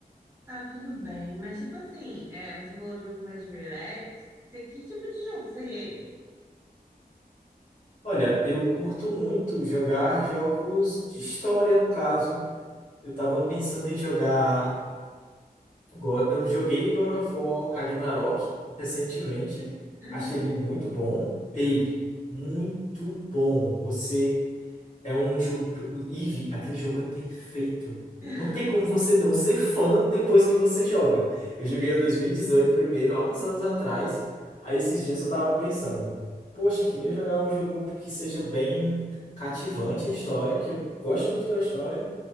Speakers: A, on the right; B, on the left.
A: tá tudo bem, mas tipo assim, é, você falou jogo mais relax. Que tipo de jogo seria esse?
B: Olha, eu curto muito jogar jogos de história, no caso. Eu tava pensando em jogar. Go- Eu joguei God of War Ragnarok recentemente.
A: Uhum.
B: Achei ele muito bom. Ei, muito bom. Você. É um jogo. per- Eve, aquele jogo é perfeito.
A: <laughs>
B: Não tem como você não ser fã depois que você joga. Eu joguei o 2018 primeiro, há uns anos atrás. Aí esses dias eu tava pensando, poxa, queria jogar um jogo que seja bem cativante a história, que eu gosto muito da história,